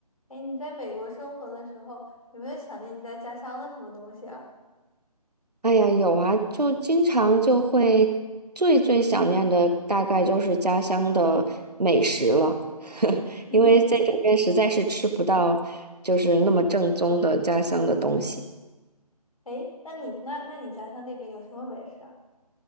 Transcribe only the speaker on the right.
哎呀，有啊，就经常就会最最想念的大概就是家乡的美食了，<laughs>
因为在这边实在是吃不到就是那么正宗的家乡的东西